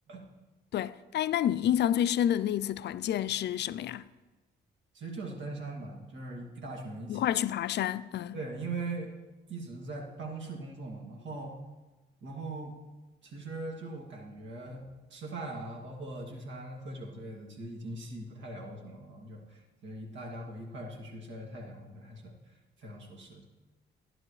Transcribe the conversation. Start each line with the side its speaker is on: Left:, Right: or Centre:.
Right: <laughs>
Left: 对，哎，那你印象最深的那一次团建是什么呀？
Right: 其实就是登山吧，就是一大群人一起。
Left: 一块儿去爬山，嗯。
Right: 对，因为一直在办公室工作嘛，然后，然后其实就感觉吃饭啊，包括聚餐、喝酒之类的，其实已经吸引不太了我什么了。就其实一大家伙一块儿出去晒晒太阳，我觉得还是非常舒适的。